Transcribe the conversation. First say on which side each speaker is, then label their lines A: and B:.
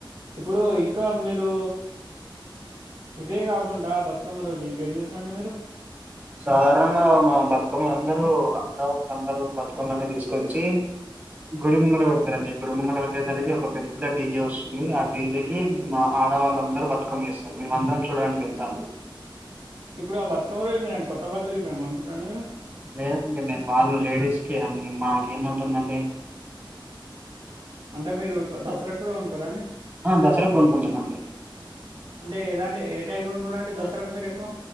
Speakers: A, on the right; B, on the right.
A: ఇప్పుడు ఇంకా మీరు ఇప్పుడు ఇవే కాకుండా బతుకమ్మ రోజు ఇంకేం చేస్తారండి మీరు
B: సాధారణంగా మా బతుకమ్మలందరూ ఆడవాళ్ళందరూ బతుకమ్మలని తీసుకొచ్చి గుడి ముంగట పెడతారండి గుడి ముంగట పెట్టేసరికి ఒక పెద్ద డీజే వస్తుంది ఆ డీజేకిి మా ఆడవాళ్ళందరూ బతుకమ్మ వేస్తారు మేమందరం చూడానికి వెళ్తాం
A: ఇప్పుడు ఆ బతుకమ్మ రోజు మీరు ఏమైనా కొత్త బట్టలు గిట్ల కొనుక్కుంటారారండి మీరు
B: లేదండి మేము వాళ్ళు లేడీస్ కే అండి మాకేముంటుంది
A: అంటే మీరు ఇట్లా దసరా కి కూడా కొనుక్కోరా అండి
B: ఆ దసరాకు కొనుకుంటామండి
A: అంటే ఎలాంటి ఏ టైప్ <unintelligible> దస్ టరకు మీరు ఎక్కువ